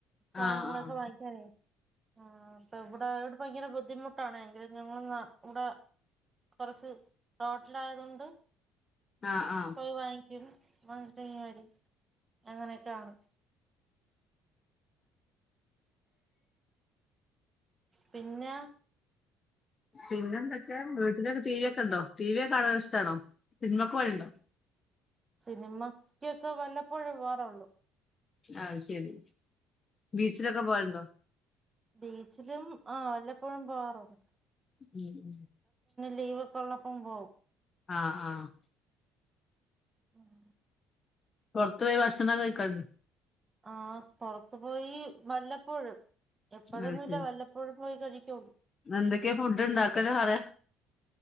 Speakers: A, on the right (about 20°); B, on the left (about 25°).
A: സാധനങ്ങളൊക്കെ
B: ആഹ് ആഹ്
A: വാങ്ങിക്കാനേ ആഹ അപ്പ ഇവിടെ ഇവിടെ ഭയങ്കര ബുദ്ധിമുട്ടാണ് എങ്കിലും ഞങ്ങൾ ഇവിടെ കുറച്ച് റോട്ടിലായതൊണ്ട്.
B: ആഹ് ആഹ്
A: വാങ്ങിക്കും മട്ട വരി അങ്ങനെയൊക്കൊണ് പിന്നെ
B: പിന്നെ എന്തൊക്കെ വീട്ടന്റെൊക്കെ ടീവി ഒക്കെ ഉണ്ടോ ടിവി ഒക്കെ കാണൻ ഇഷ്ട്ടം ആണോ സിന്മക്കെ വഴി ഉണ്ടോ
A: സിനിമക്കൊക്കെ വല്ലപ്പോഴേ പോാറുള്ളു
B: ആഹ ശരി ബീച്ചിലൊക്കെ പോയിരുന്നോ
A: ബീച്ചിലും ആ വല്ലപ്പോഴും പോവാറുണ്ട്.
B: <inaudible>
A: ലീവോക്കൊള്ളപ്പം പോവും.
B: ആഹ് ആഹ്
A: ഉം
B: പൊറത്തുപോയി ഭക്ഷണം കഴിക്കാ <unintelligible>
A: ആ പൊറത്തു പോയി വല്ലപ്പോഴും. എപ്പോഴൊന്നുവില്ല
B: അത് ശരി
A: വല്ലപ്പോഴും. പോയി കഴിക്കോള്ളു
B: എന്തൊക്കെയാ ഫുഡ്ണ്ടാക്കല് പറ